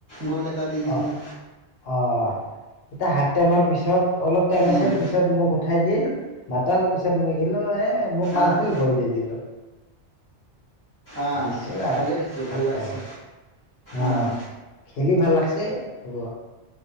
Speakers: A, on the right; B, on the left.
A: গ'ল এটা দি দিলি।
B: অ অ এইটা হাফ টাইমৰ পিছত অলপ টাইম
A: উম
B: আছিল পিছত মোক উঠাই দিল মাতাল পিছত মই গিলো এ মোক পাছ
A: আহ
B: দিল গোল দি দিলো
A: আহ
B: দিছো আৰ
A: ভালেই হৈছে ভাল
B: এটা
A: লাগছে
B: গোল অ
A: আহ
B: খেলি ভাল লাগছে হ'ব